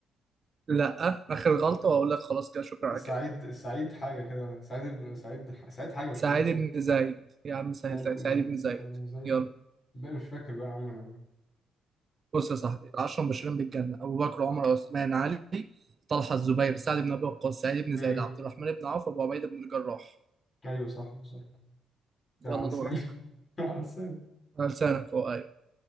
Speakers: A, on the right; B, on the left.
A: لا اخر غلطة واقول لك خلاص كده شكرا على
B: سعيد
A: كده
B: سعيد حاجة كده سعيد بن سعيد سعيد حاجة مش
A: سعيد
B: فاكر اسمه
A: بن زيد يا عم سهلت
B: سعيد بن
A: عليك. سعيد
B: ز-
A: بن زيد
B: سعيد بن زيد
A: يلا
B: بقى مش فاكر بقى يا عم انا
A: بص يا صاحبي العشرة المبشرين بالجنة أبو بكر وعمر وعثمان علي طلحة الزبير سعد بن أبي وقاص سعيد بن
B: امم
A: زيد عبد الرحمن بن عوف أبو عبيدة بن الجراح
B: ايوه صح بالظبط يا
A: يلا
B: على لساني
A: دورك
B: <laughs> على لساني
A: على لسانك اه ايوه